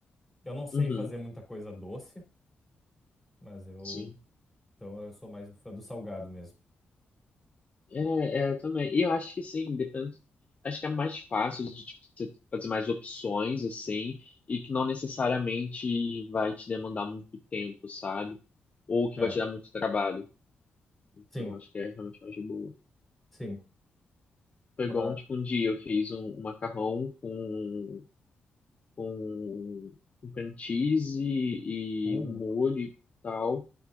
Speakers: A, in the centre; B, on the left (about 35°).
A: Eu não sei
B: Uhum,
A: fazer muita coisa doce, mas eu.
B: sim.
A: Então eu sou mais do fã do salgado mesmo.
B: É, é, eu também. E eu acho que sim, depende. Acho que é mais fácil de tipo, você fazer mais opções, assim, e que não necessariamente vai te demandar muito tempo, sabe? Ou que
A: É,
B: vai te dar muito trabalho. Então,
A: sim,
B: acho que é realmente mais de boa.
A: sim.
B: Foi
A: Mas.
B: igual, tipo, um dia eu fiz um, um macarrão com com, um cream cheese e,
A: Uh,
B: um molho e tal.